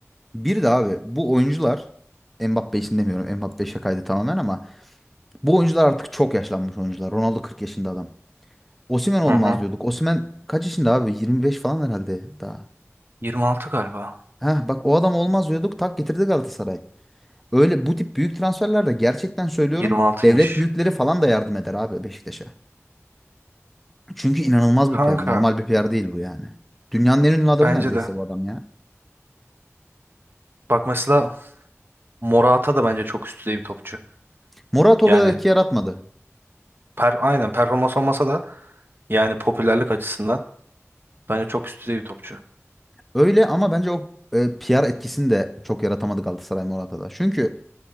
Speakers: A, in the centre; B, on the right (about 45°).
A: Bir de abi bu oyuncular Mbappe için demiyorum. Mbappe şakaydı tamamen ama bu oyuncular artık çok yaşlanmış oyuncular. Ronaldo 40 yaşında adam. Osimhen olmaz
B: Hı hı.
A: diyorduk. Osimhen kaç yaşında abi? 25 falan herhalde daha.
B: 26 galiba.
A: Heh, bak o adam olmaz diyorduk. Tak getirdi Galatasaray. Öyle bu tip büyük transferlerde gerçekten söylüyorum.
B: 26'ymış.
A: Devlet büyükleri falan da yardım eder abi Beşiktaş'a. Çünkü inanılmaz bir
B: Kanka
A: PR. Normal bir PR değil bu yani. Dünyanın en ünlü adamı
B: bence
A: neredeyse
B: de.
A: bu adam ya.
B: Bak mesela Morata da bence çok üst düzey bir topçu.
A: Murat o
B: Yani
A: kadar etki yaratmadı.
B: per aynen performans olmasa da yani popülerlik açısından bence çok üst düzey bir topçu.
A: Öyle ama bence o e, PR etkisini de çok yaratamadı Galatasaray Morata'da. Çünkü